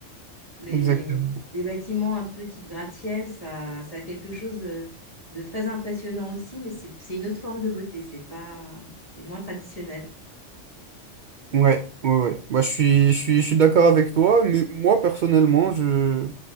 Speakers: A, on the left; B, on the right.
A: Les,
B: exactement.
A: les bâtiments un peu type gratte-ciel, ça, ça a quelque chose euh, de très impressionnant aussi, mais c'est c'est une autre forme de beauté, c'est pas, c'est moins traditionnel.
B: Ouais, ouais, ouais. Moi, je suis, je suis, je suis d'accord avec toi, mais moi, personnellement, je...